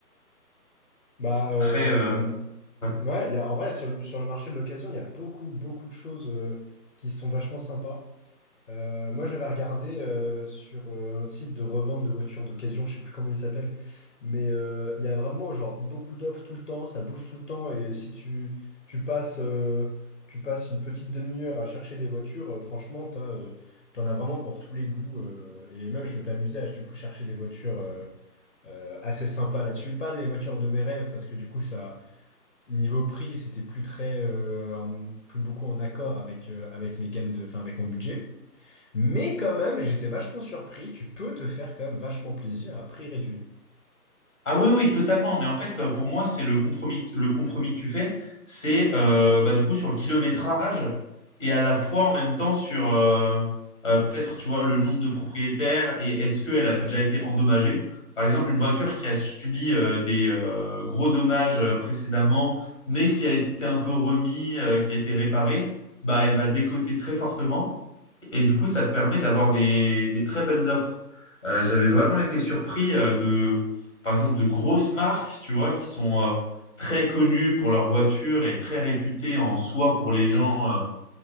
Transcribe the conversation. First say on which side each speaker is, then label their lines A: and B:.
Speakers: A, on the left (about 50°); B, on the left (about 20°).
A: Bah, euh,
B: Très, euh, ouais.
A: ouais, il y a, en vrai, sur, le sur le marché de l'occasion, il y a beaucoup, beaucoup de choses euh, qui sont vachement sympas. Euh, moi, j'avais regardé euh, sur euh, un site de revente de voitures d'occasion, je sais plus comment il s'appelle, mais euh, il y a vraiment genre beaucoup d'offres tout le temps, ça bouge tout le temps, et si tu, tu passes, euh, tu passes une petite demi-heure à chercher des voitures, euh, franchement, t'as, euh, t'en as vraiment pour tous les goûts, euh, et même je m'étais amusé à du coup chercher des voitures euh, euh, assez sympas là-dessus, pas des voitures de mes rêves, parce que du coup, ça, niveau prix, c'était plus très, euh, en- plus beaucoup en accord avec, euh, avec mes gammes de, enfin, avec mon budget. Mais quand même, j'étais vachement surpris. Tu peux te faire quand même vachement plaisir à prix réduit.
B: Ah oui, oui, totalement. Mais en fait, euh, pour moi, c'est le compromis, le compromis que tu fais, c'est euh, bah, du coup sur le kilométrage et à la fois en même temps sur euh, euh, peut-être, tu vois, le nombre de propriétaires et est-ce qu'elle a déjà été endommagée. Par exemple, une voiture qui a subi euh, des euh, gros dommages euh, précédemment, mais qui a été un peu remis, euh, qui a été réparée, bah, elle va décoter très fortement. Et du coup, ça te permet d'avoir des, des très belles offres. Euh, j'avais vraiment été surpris euh, de, par exemple, de grosses marques, tu vois, qui sont euh, très connues pour leurs voitures et très réputées en soi pour les gens euh,